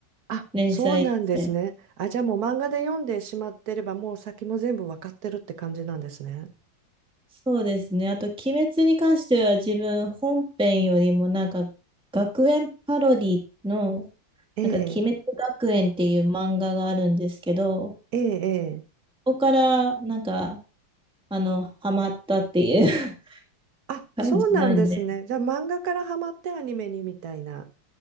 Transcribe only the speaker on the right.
あ、
そうなんですね。あ、じゃあもう漫画で読んでしまってれば、もう先も全部わかってるって感じなんですね。
ええ、
ええ、ええ。
あ、
そうなんですね。じゃあ漫画からハマってアニメにみたいな。